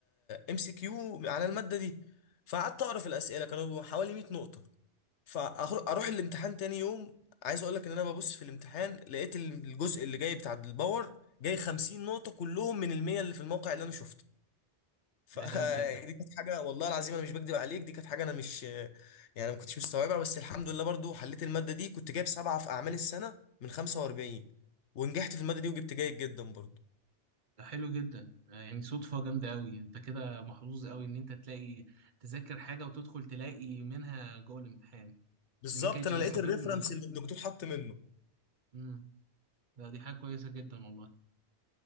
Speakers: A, on the left; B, on the right.
A: ام سي كيو على الماده دي فقعدت اقرا في الاسئله كانوا حوالي 100 نقطه فاروح الامتحان تاني يوم عايز اقول لك ان انا ببص في الامتحان لقيت الجزء اللي جاي بتاع الباور جاي 50 نقطه كلهم من المية اللي في الموقع اللي انا شفته فدي
B: ده جامد جدا
A: <laughs> كانت حاجه والله العظيم انا مش بكدب عليك دي كانت حاجه انا مش يعني ما كنتش مستوعبها بس الحمد لله برضو حليت الماده دي كنت جايب سبعه في اعمال السنه من 45 ونجحت في الماده دي وجبت جيد جدا برضو
B: ده حلو جدا آه، يعني صدفة جامدة أوي أنت كده محظوظ أوي إن أنت تلاقي تذاكر حاجة وتدخل تلاقي منها جوه الامتحان
A: بالظبط
B: دي ما كانتش
A: انا
B: بتصافدني
A: لقيت الريفرنس اللي الدكتور حط منه
B: امم ده دي حاجة كويسة جدا والله